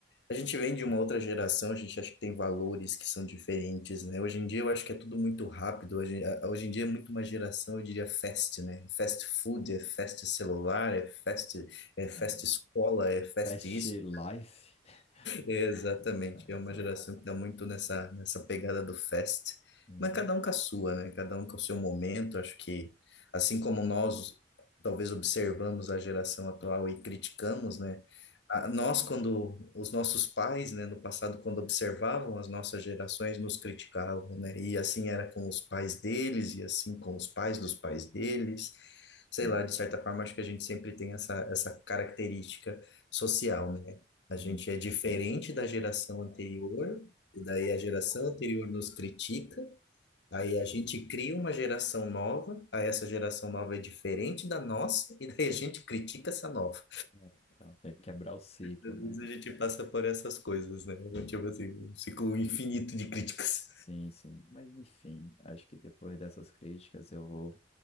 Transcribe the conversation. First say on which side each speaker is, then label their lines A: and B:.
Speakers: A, on the left; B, on the left.
A: a gente vem de uma outra geração, a gente acha que tem valores que são diferentes, né? Hoje em dia eu acho que é tudo muito rápido. Hoje, a- hoje em dia é muito uma geração, eu diria, fast, né? Fast food, é fast celular, é fast, é fast
B: É.
A: escola, é fast
B: Fast
A: isso.
B: Life.
A: Exatamente,
B: É,
A: é uma
B: essa.
A: geração que está muito nessa, nessa pegada do fest,
B: Uhum.
A: mas cada um com a sua, né? Cada um com o seu momento. Acho que, assim como nós talvez observamos a geração atual e criticamos, né? A- Nós, quando os nossos pais, né, no passado, quando observavam as nossas gerações, nos criticavam, né? E assim era com os pais deles, e assim com os pais dos pais deles. Sei
B: Hum,
A: lá, de certa forma, acho que a gente sempre tem essa, essa característica social, né? A
B: hum.
A: gente é diferente da geração anterior, e daí a geração anterior nos critica, aí a gente cria uma geração nova, aí essa geração nova é diferente da nossa, e daí a gente critica essa nova.
B: É, Então, tem que quebrar o ciclo,
A: Às
B: né?
A: vezes a gente passa por essas coisas, né? Tipo assim, um ciclo infinito de críticas.
B: Sim, sim. Mas, enfim, acho que depois dessas críticas eu vou